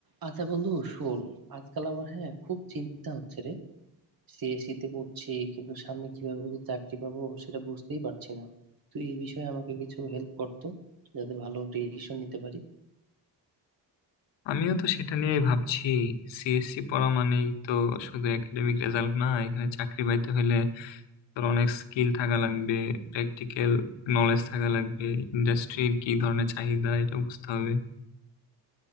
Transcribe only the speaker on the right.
আচ্ছা বন্ধু শোন আজকাল আমার হ্যাঁ খুব চিন্তা হচ্ছে রে সিএসসি তে পড়ছি কিন্তু সামনে কিভাবে যে চাকরি পাবো সেটা বুঝতেই পারছি না তুই এই বিষয়ে আমাকে কিছু হেল্প করতো যাতে ভালো ডিসিশন নিতে পারি